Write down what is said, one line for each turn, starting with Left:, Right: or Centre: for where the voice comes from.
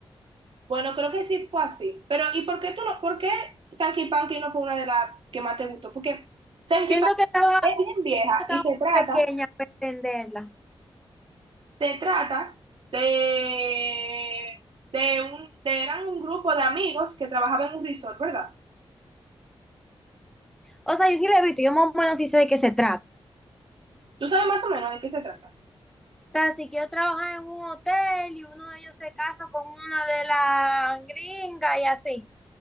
Right: Bueno, creo que sí fue así. Pero ¿y por qué tú no? ¿Por qué Sankey Panky no fue una de las que más te gustó? Porque Sankey
Centre: Siento
Right: Panky
Centre: que estaba,
Right: es bien
Centre: siento
Right: vieja
Centre: que estaba
Right: y se
Centre: muy
Right: trata,
Centre: pequeña para entenderla.
Right: se trata de, de un, de eran un grupo de amigos que trabajaban en un resort, ¿verdad?
Centre: O sea, yo sí la he visto, yo más o menos sí sé de qué se trata.
Right: ¿Tú sabes más o menos de qué se trata?
Centre: O sea, si quiero trabajar en un hotel y uno de ellos se casa con una de las gringas y así.